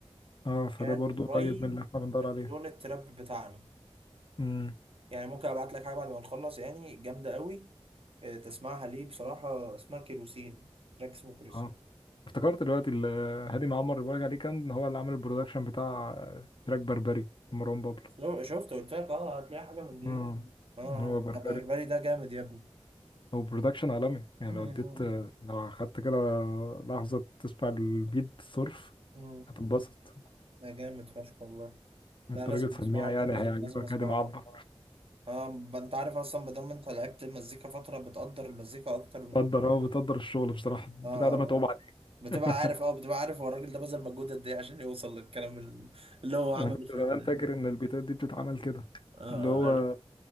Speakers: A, on the left; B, on the right.
A: اه فده
B: كان
A: برضو
B: قريب
A: قريب من اللي احنا بندور
B: من
A: عليها
B: لون التراب بتاعنا
A: مم.
B: يعني ممكن ابعت لك حاجة بعد ما نخلص يعني جامدة قوي آه، تسمعها ليه بصراحة اسمها كيروسين تراك اسمه كيروسين
A: اه افتكرت دلوقتي ال- هادي معمر اللي بقولك عليه كان هو اللي عمل البرودكشن بتاع تراك بربري لمروان بابلو
B: شو- شفت قلت لك اه هتلاقي حاجة من دي
A: امم
B: اه آه،
A: هو اه بربري
B: ده بربري ده جامد يا ابني
A: هو برودكشن عالمي يعني
B: مم.
A: لو اديت اه لو اخدت كده لحظة تسمع البيت صرف
B: مم.
A: هتتبسط
B: ده جامد فشخ والله
A: انت
B: لا لازم
A: راجل سميع
B: اسمعه
A: يعني
B: ده لازم
A: هيعجبك
B: لازم اسمعه
A: هادي معبر
B: يعني. اه ب- انت عارف اصلا ما دام انت لعبت مزيكا فترة بتقدر المزيكا اكتر من
A: بتقدر اه بتقدر الشغل بصراحة البتاع
B: اه اه
A: ده متعوب
B: آه.
A: عليه
B: بتبقى
A: <laughs>
B: عارف اه بتبقى عارف هو الراجل ده بذل مجهود قد ايه عشان يوصل للكلام ال- اللي هو عمله
A: انا كنت
B: في ال...
A: زمان فاكر ان البيتات دي بتتعمل كده
B: اه اه
A: اللي هو
B: آه.